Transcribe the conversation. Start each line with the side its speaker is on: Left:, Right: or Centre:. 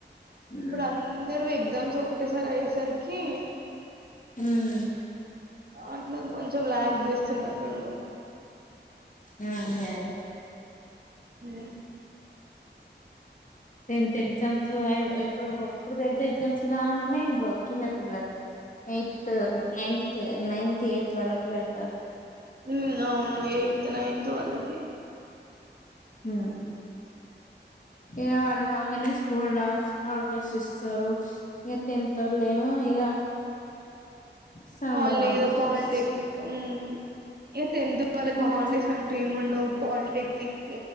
Left: ఉమ్
Right: ఇప్పుడందర్వి గ్జామ్స్ ఒకటే సారయ్యే సర్కి. కి
Left: ఉమ్
Right: అందర్ కొంచెం ల్యాగ్ జేస్తున్నట్టుండు.
Left: ఆ అదే అదే
Right: హూ
Left: టెన్త్ ఎగ్జామ్సు అయ్వ్ ఎప్పుడు ఇప్పుడు టెన్త్ ఎగ్జామ్స్ రాంగనే ఇబ్బుడు చిన్నపిల్లల్ ఎయ్తు నైన్త్ తె నైన్త్ ఎయ్త్ వాళ్ళక్ పెడ్తారు.
Right: ఊమ్ ఔను ఎయ్త్ నైన్త్ వాళ్లకి.
Left: ఉమ్ ఇగ వాళ్లు రాంగనె స్కూల్డాస్ <unintelligible> సిస్తరు ఇగ టెన్త్. తొల్లేమో ఇగ. సమ్మర్
Right: వాల్లేదొ
Left: హాలిడేస్
Right: పాల్టెక్నిక్
Left: ఇస్
Right: ఉమ్ ఇగ టెన్త్ వాళ్ళకు
Left: వాట్
Right: హాల్డేస్ అంటు ఏమ్ ఏమిండవు పాలిటెక్నిక్